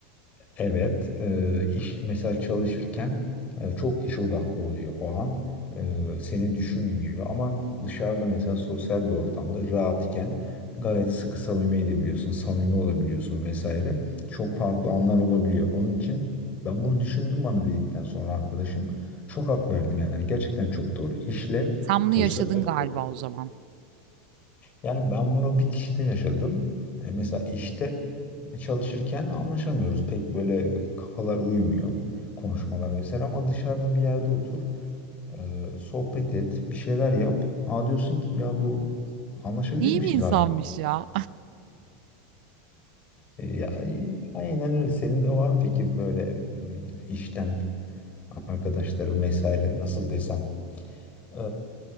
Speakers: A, on the left; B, on the right.
A: Evet, e, iş mesela çalışırken e, çok iş odaklı oluyor o an. E, seni düşünmüyor ama dışarıda mesela sosyal bir ortamda rahatken gayet sıkı samimi edebiliyorsun, samimi olabiliyorsun vesaire. Çok farklı anlar olabiliyor. Onun için ben bunu düşündüm bana dedikten sonra arkadaşım çok hak verdim yani gerçekten çok doğru. İşle
B: Sen bunu
A: sosyal
B: yaşadın
A: hayat
B: galiba o zaman.
A: Yani ben bunu bir kişide yaşadım. E, Mesela işte çalışırken anlaşamıyoruz. Pek böyle kafalar uymuyor. Konuşmalar vesaire ama dışarıda bir yerde otur. e, sohbet et. Bir şeyler yap. Ha diyorsun ki ya bu anlaşabilir
B: İyi
A: miyiz
B: bir insanmış
A: abi?
B: ya.
A: E, ya, e, aynen öyle. Senin de var mı peki böyle mm, işten arkadaşların vesaire nasıl desem? Ee,